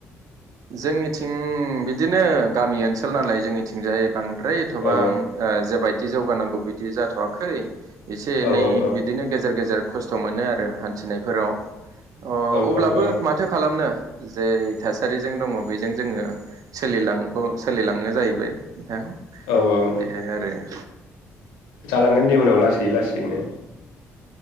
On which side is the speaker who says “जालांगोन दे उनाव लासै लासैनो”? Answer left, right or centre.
Left